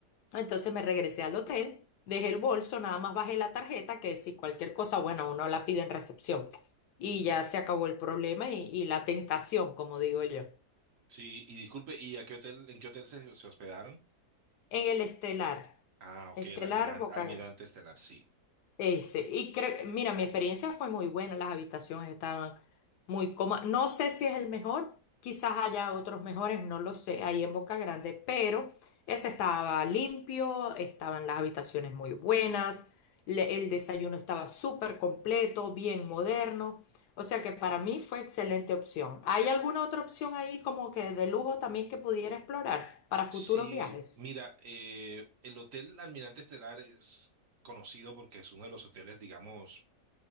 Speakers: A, on the left; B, on the right.
A: Entonces me regresé al hotel, dejé el bolso, nada más bajé la tarjeta, que si cualquier cosa, bueno, uno la pide en recepción. Y ya se acabó el problema y, y la tentación, como digo yo.
B: Sí, y disculpe, ¿y a qué hotel, en qué hotel se, se hospedaron?
A: En el Estelar,
B: Ah, ok,
A: Estelar
B: el Almiran-
A: Boca
B: Almirante Estelar, sí.
A: Ese. Y creo, mira, mi experiencia fue muy buena, las habitaciones estaban muy cómodas. No sé si es el mejor, quizás haya otros mejores, no lo sé, ahí en Boca Grande, pero ese estaba limpio, estaban las habitaciones muy buenas, le- el desayuno estaba súper completo, bien moderno. O sea que para mí fue excelente opción. ¿Hay alguna otra opción ahí como que de lujo también que pudiera explorar para futuros
B: Sí,
A: viajes?
B: mira, eh, el Hotel Almirante Estelar es conocido porque es uno de los hoteles, digamos,